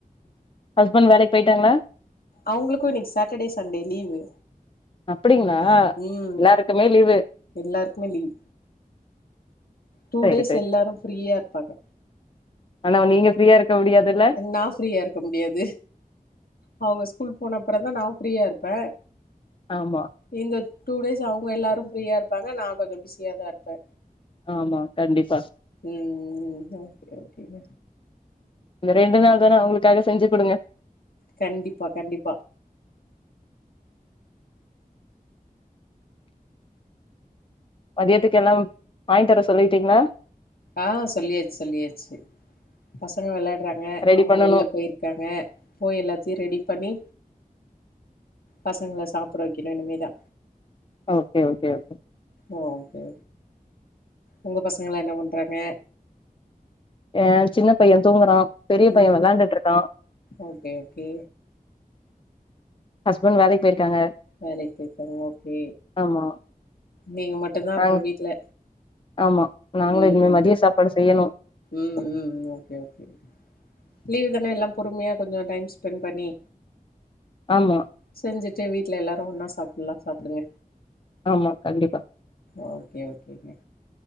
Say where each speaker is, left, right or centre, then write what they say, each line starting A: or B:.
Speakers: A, on the left (about 35°); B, on the left (about 80°).
A: ஹஸ்பண்ட் வேலைக்கு போயிட்டாங்ளா
B: அவ்ங்களுக்கு இன்னிக்கு சாட்டர்டே சண்டே லீவு
A: அப்டிங்களா
B: ம்
A: எல்லாருக்குமே லீவு
B: எல்லாருக்குமே லீவு டூ
A: செரி
B: டேஸ்
A: செரி
B: எல்லாரும் ஃப்ரீயா இருப்பாங்க
A: ஆனா நீங்க ஃப்ரீயா இருக்க முடியாதுல்ல
B: நா ஃப்ரீயா இருக்க முடியாது அவங்க ஸ்கூல் போனப்புறந் தா நா ஃப்ரீயா இருப்பே
A: ஆமா
B: இந்த டூ டேஸ் அவங்க எல்லாரு ஃப்ரீயா இருப்பாங்க நா கொஞ்சோ பிஸியா தா இருப்பே
A: ஆமா கண்டிப்பா
B: ம் ம் ஆ செரி ஓகேங்க
A: இந்த ரெண்டு நாள் தானே அவ்ங்களுக்காக செஞ்சி குடுங்க
B: கண்டிப்பா கண்டிப்பா
A: மதியத்துக்கு எல்லாம் வாங்கி தர சொல்லிட்டீங்ளா
B: ஆஹ் சொல்லியாச் சொல்லியாச்சி பசங்க வெளயாட்றாங்க ஹே
A: ரெடி
B: அவ்ங்க
A: பண்ணணு
B: வெள்ல போயிருக்காங்க போய் எல்லாத்தையு ரெடி பண்ணி பசங்கள சாப்ட வெக்கணு இனிமேதா
A: okay okay okay
B: okay okay உங்க பசங்கள என்ன பண்றாங்க
A: ஏ சின்ன பைய தூங்கறா பெரிய பையன
B: ம்
A: விளாண்டுட்டுருக்கா
B: ஓகே ஓகே
A: ஹஸ்பண்ட் வேலைக்கு போயிருக்காங்க
B: வேலைக்கு போயிருக்காங்க ஓகே
A: ஆமா
B: நீங்க மட் டுந்தா
A: நாங்க
B: அப்ப வீட்ல
A: ஆமா நாங்களு
B: உம்
A: இனிமே மதிய சாப்பாடு செய்யணு
B: ம் ம் ஓகே ஓகே லீவ் தானே எல்லா பொறுமையா கொஞ்சம் டைம் ஸ்பெண்ட் பண்ணி
A: ஆமா
B: செஞ்சிட்டு வீட்ல எல்லாரு ஒன்னா சாப்ல்லா சாப்டுங்க
A: ஆமா கண்டிப்பா
B: ஓகே ஓகேங்க